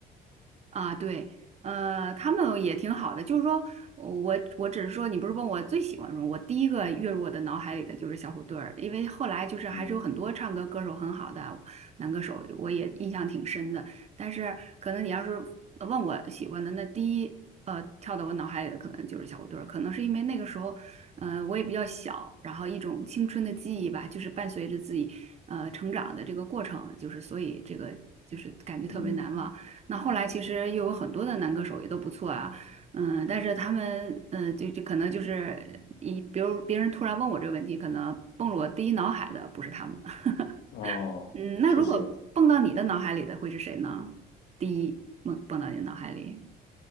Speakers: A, on the right; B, on the left.
A: 啊，对，呃，他们也挺好的，就是说我我只是说，你不是问我最喜欢什么，我第一个跃入我的脑海里的就是小虎队儿，因为后来就是还是有很多唱歌歌手很好的男歌手，
B: 嗯
A: 我也印象挺深的。但是可能你要是问我喜欢的，那第一呃跳到我脑海里的可能就是小虎队儿，可能是因为那个时候，呃，我也比较小，然后一种青春的记忆吧，就是伴随着自己呃成长的这个过程，就是所以这个就是感觉特别难忘。
B: 嗯，
A: 那后来其实又有很多的男歌手也都不错啊，嗯，但是他们，呃，就就可能就是一，比如别人突然问我这个问题，可能蹦入我第一脑海的不是他们，<laughs>
B: 哦，
A: 嗯，那如果蹦到你的脑海里的会是谁呢？
B: 确实，
A: 第一蹦蹦到你的脑海里。